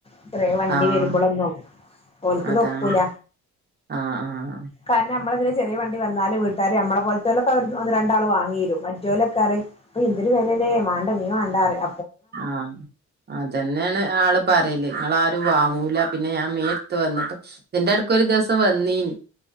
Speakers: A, on the left; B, on the right.
A: ഇത്രേ വണ്ടി
B: ആഹ്
A: വരുമ്പളൊന്നും ഓൽക്കിത്
B: അതാണ്
A: ഒക്കൂല
B: ആഹ് ആഹ്
A: കാരണം നമ്മളെ ഇതിലെ ചെറിയ വണ്ടി വന്നാല് വീട്ടാര് നമ്മളെപ്പോലെ മറ്റലക്കെ ഒന്ന്‌ രണ്ടാൾ വാങ്ങീരും മറ്റേലൊക്കെ അറിയും അഹ് എന്തിരു വെലല്ലേ മേണ്ട മീ മാണ്ട അറിയും
B: ആഹ് അതന്നെയാണ് ആള് പറയല് നിങ്ങളാരും വാങ്ങൂല പിന്നെ ഞാൻ മീട്ത്ത് വന്നിട്ട് ഇതിന്റെ എടക്കൊരു ദിവസം വന്നീനി